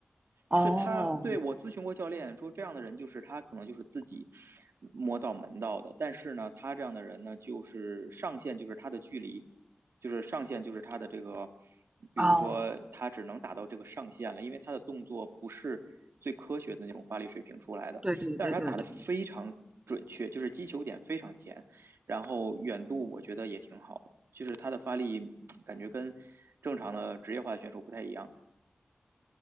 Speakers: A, on the right; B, on the right.
A: 哦
B: 就是他对我咨询过教练说，这样的人就是他可能就是自己摸到门道的，但是呢，他这样的人呢，就是上限就是他的距离，就是上限就是他的这个，比如说他只能打到这个上限了，
A: 哦，
B: 因为他的动作不是最科学的那种发力水平出来的，
A: 对对对对对。
B: 但是他打的非常准确，就是击球点非常甜，然后远度我觉得也挺好的，就是他的发力感觉跟正常的职业化的选手不太一样，